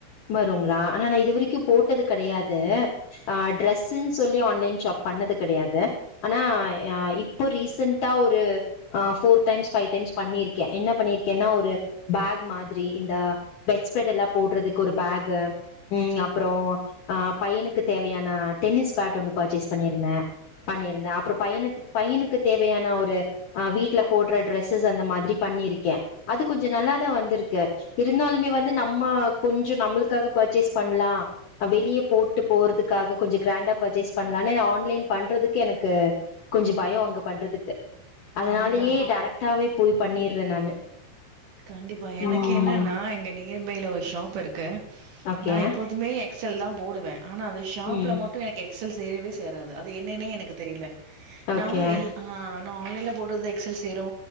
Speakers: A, on the left; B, on the right.
A: வருங்லா ஆனா இது வரிக்கு போட்டது கெடையாது அ ட்ரெஸ்னு சொல்லி ஆன்லைன் ஷாப் பண்ணது கெடையாது ஆனா இப்போ ரிசென்ட்டா ஒரு ஃபோர் டைம்ஸ் ஃபைவ் டைம்ஸ் பன்னிருக்கே என்ன பண்ணிருக்கேனா ஒரு பேக் மாதிரி இந்த பெட்ஸ்ஃப்டெல்லா போடுறதுக் கு ஒரு பேக்கு ம் அப்பறோ பையனுக்கு தேவையான டென்னிஸ் பேட் ஒன்னு பர்ச்சேஸ் பண்ணிருந்த பண்ணிருந்த அப்பறோ பையுனுத் பையுனுத்துக் தேவையான ஒரு அ வீட்டுல போடுற டிரெஸ்ஸஸ் அந்த மாதிரி பண்ணிருக்க அது கொஞ்ச நல்லாதா வந்துருக்கு இருந்தாலுமே வந்து நம்ம கொஞ்ச நம்மளுக்காக பர்ச்சேஸ் பண்லா வெளியப் போட்டு போறதுக்காக கொஞ்ச கிரேண்டா பர்ச்சேஸ் பண்லான்னு ஆன்லைன் பண்றதுக்கு எனக்கு கொஞ்சு பயோ அங்க பண்றதுக்கு அதனாலயே
B: கண்டிப்பா
A: டேரக்டாவே போய் பண்ணிற்ற நானு
B: கண்டிப்பா எனக்
A: ம்
B: என்னன்னா எங்க நீ நியர்பையில ஒரு ஷாப் இருக்கு
A: ஓகே
B: நா எப்போதுமே எக்சல்தா போடுவ ஆனா அது ஷாப்ல
A: ம்
B: மட்டு எனக்கே எக்சல் சேரவே சேராது அது என்னன்னே எனக்கு தெரியில
A: ஓகே
B: நானு எல் ஆ நா ஆன்லைன்ல போடுறது எக்சல் சேரு